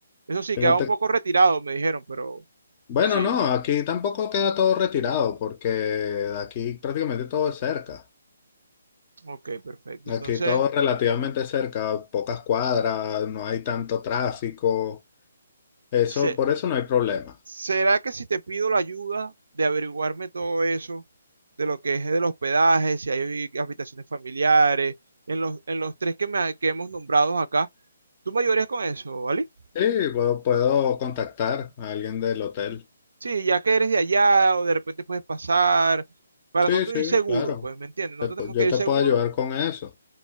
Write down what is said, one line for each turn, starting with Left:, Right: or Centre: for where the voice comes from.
Right: eso sí
Left: tiene
Right: quedaba un poco retirado, me dijeron, pero
Left: Bueno,
Right: sí.
Left: no, aquí tampoco queda todo retirado porque de aquí prácticamente todo es cerca.
Right: Ok, perfecto. Entonces,
Left: Aquí todo es relativamente cerca, pocas cuadras, no hay tanto tráfico. Eso,
Right: se-
Left: por eso no hay problema.
Right: ¿Será que si te pido la ayuda de averiguarme todo eso, de lo que es del hospedaje, si hay habitaciones familiares, en los, en los tres que, me- que hemos nombrado acá, tú me ayudarías con eso, ¿vale?
Left: Sí, puedo, puedo contactar a alguien del hotel.
Right: Sí, ya que eres de allá o de repente puedes pasar, para
Left: Sí,
Right: no tú
Left: sí,
Right: ir seguro,
Left: claro.
Right: pues, ¿me entiendes? No
Left: Te
Right: tenemos
Left: pu- yo
Right: que ir
Left: te
Right: seguro,
Left: puedo ayudar con eso.